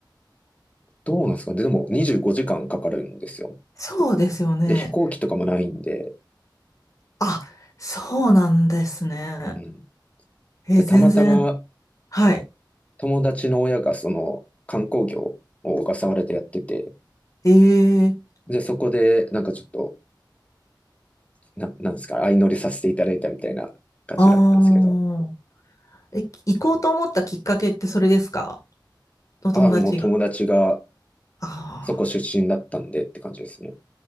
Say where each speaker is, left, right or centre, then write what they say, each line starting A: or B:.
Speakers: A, on the left; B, on the left.
A: どうなんですかね。でも25時間かんかかるんですよ。
B: そうですよね。
A: で、飛行機とかもないんで、
B: あ、そうなんですね。
A: うん。
B: え、
A: で、
B: 全然。
A: たまたま
B: はい。
A: 友達の親がその観光業を小笠原でやってて、
B: ええ
A: で、そこでなんかちょっと、な、なんですか、相乗りさせていただいたみたいな感じだったんですけど、
B: ああー、え、行こうと思ったきっかけってそれですかお友達が。
A: ああ、もう友達が
B: あ
A: そこ出身だったんでって感じですね。
B: あ、